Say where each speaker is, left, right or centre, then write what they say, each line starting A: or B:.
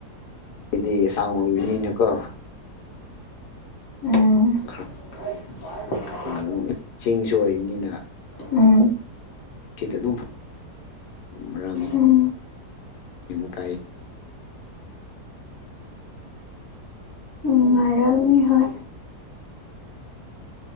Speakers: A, on the left (about 80°); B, on the left (about 25°).
A: ꯍꯥꯏꯗꯤ ꯁꯥꯡ ꯑꯣꯏꯕꯅꯤꯅꯀꯣ
B: ꯎꯝ
A: ꯈꯔ
B: <unintelligible>
A: ꯑꯗꯨꯝ ꯆꯤꯡꯁꯨ ꯑꯣꯏꯕꯅꯤꯅ
B: ꯎꯝ
A: ꯅꯨꯡꯁꯤꯠ ꯑꯗꯨꯝ ꯃꯔꯥꯡ
B: ꯎꯝ
A: ꯑꯗꯨꯝ ꯀꯥꯏ
B: ꯅꯨꯡꯉꯥꯏꯔꯝꯅꯤ ꯍꯣꯏ